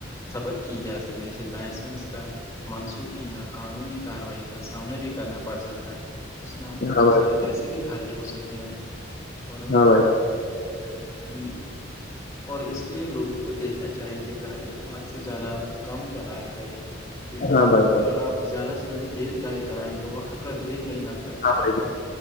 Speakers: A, on the left; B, on the left.
A: ضبط کی جا سکتی جیسے لائسنس کا منسوخی یا قانونی کاروائی کا سامنا بھی کرنا پڑ سکتا ہے ج میں آپ کو
B: جان ہاں
A: بہت
B: بھائی
A: سارے پیسے بھی خرچ ہو سکتے ہیں اور
B: ہاں بھائی
A: ا اور اس لیے لوگوں کو دیکھنا چاہیے کہ گاڑی کو حد سے زیادہ کم چلایا کرے کیونکہ
B: ہاں بھائی
A: اگر آپ زیادہ سے زیادہ تیز گاڑی چلائیں تو وقت پرہ بریک نہیں لگ س
B: ہاں بھائی
A: آپ کا